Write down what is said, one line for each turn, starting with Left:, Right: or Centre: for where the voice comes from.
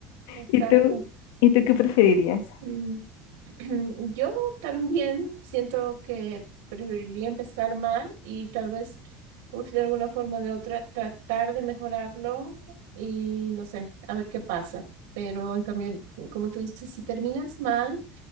Right: exacto.
Left: ¿Y tú? ¿Y tú qué preferirías?
Right: Mm, <clears throat> Yo también siento que preferiría empezar mal y tal vez uf, de alguna forma o de otra tratar de mejorarlo y no sé, a ver qué pasa. Pero en cambio, como tú dices, si terminas mal